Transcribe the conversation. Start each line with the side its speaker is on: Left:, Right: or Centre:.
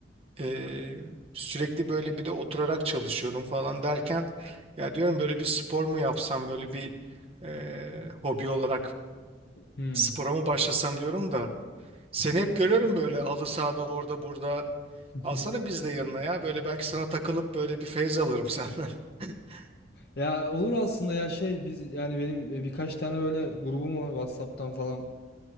Right: ee, sürekli böyle bir de oturarak çalışıyorum falan derken ya diyorum böyle bir spor mu yapsam böyle bir ee, hobi olarak
Left: Hmm.
Right: spora mı başlasam diyorum da seni hep görüyorum böyle halı sahada orada burada
Left: <laughs>
Right: Alsana biz de yanına ya. Böyle belki sana takılıp böyle bir feyz alırım senden. <laughs>
Left: Ya olur aslında ya şey biz yani benim e, birkaç tane böyle grubum var WhatsApp'tan falan